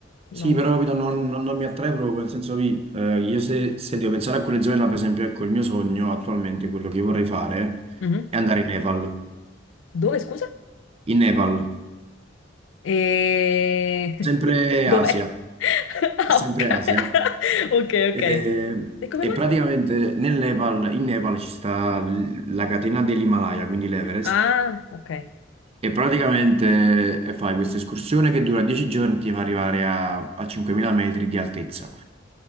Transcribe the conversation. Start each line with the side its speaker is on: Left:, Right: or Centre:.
Left: No.
Right: Sì, però capito, non, non- non mi attrae proprio, nel senso che eh, io se, se devo pensare a quelle zone là, per esempio, ecco, il mio sogno attualmente, quello che vorrei fare,
Left: Mhm.
Right: è andare in Nepal.
Left: Dove, scusa?
Right: In Nepal,
Left: E...
Right: sempre
Left: <laughs> Dov'è?
Right: Asia,
Left: <laughs> Ah,
Right: è sempre Asia.
Left: ok, <laughs> ok.
Right: Eh,
Left: ok. E come
Right: E,
Left: mai?
Right: praticamente nel Nepal, in Nepal ci sta l- la catena dell'Himalaya, quindi l'Everest.
Left: Ah, ok.
Right: E praticamente eh, fai questa escursione che dura 10 giorni e ti fa arrivare a, a 5.000 metri di altezza.